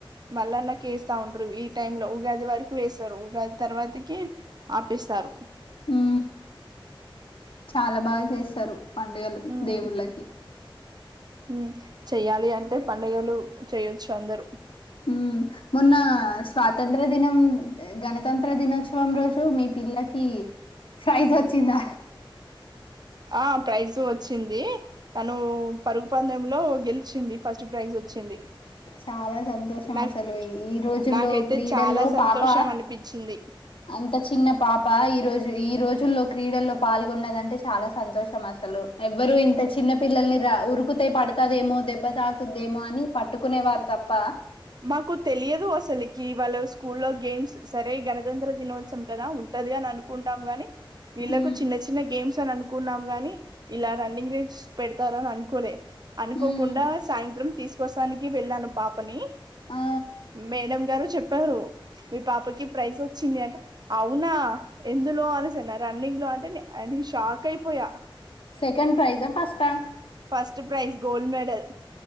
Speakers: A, on the right (about 50°); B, on the left (about 80°).
A: మల్లన్న కీ వేస్తారు ఉంటారు ఈ టైమ్ లో ఉగాది వరకు వేస్తారు ఉగాది తర్వాతకి ఆపేస్తారు
B: ఉ చాలా బాగా చేస్తారు పండుగలు
A: మ్
B: దేవుళ్ళకి.
A: మ్ చెయ్యాలి అంటే అతే పండుగలు చేయొచ్చు అందరు
B: ఉ మొన్న స్వాతంత్ర దినం గణతంత్ర దినోత్సవం రోజు మీ పిల్లకి ప్రైజ్ వచ్చంద
A: ఆ ప్రైజ వచ్చింది తను పరుగు పందెంలో గెలిచింది ఫస్ట్ ప్రైజ్ వి వచ్చింది
B: చాలా సంతోషం
A: నాకు
B: అసలు ఈ రోజుల్లో
A: నాకైతే
B: క్రీడల్లో
A: చాలా సంతోషం
B: పాప
A: అనిపించింది
B: అంత చిన్న పాప ఈరోజు ఈ రోజుల్లో క్రీడల్లో పాల్గొన్నదంటే చాలా సంతోషం అసలు ఎవ్వరు ఇంత చిన్న పిల్లల్ని రా ఉరికుతే పడుతదేమో దెబ్బ తాకుద్దేమో అని పట్టుకునేవారు తప్ప
A: మాకు తెలియదు అసలకి వాళ్ళు స్కూల్లో గేమ్స్ సరే గణతంత్ర దినోత్సవం కదా ఉంట అనుకుంటాం గాని వీళ్ళకు
B: ఉమ్
A: చిన్న చిన్న గేమ్స్ అని అ అనుకున్నాం గాని ఇలా రన్నింగ్ రేంజ్ పెడతారుని అనుకోలే అనుకోకుండా
B: ఉమ్
A: సాయంత్రం తీసుకొస్తానికి వెళ్ళాను పాపని
B: ఆ
A: మేడం గారు చెప్పారు మీ పాపకి ప్రైజ్ వచ్చింది అంటె అవునా ఎందులో అనేసన్న రన్నింగ్ లో అంటే అ నేను షాక్ అయిపోయా
B: సెకండ్ ప్రైజా ఫస్టా ఆ
A: ఫస్ట్ ప్రైజ్ గోల్డ్ మెడల్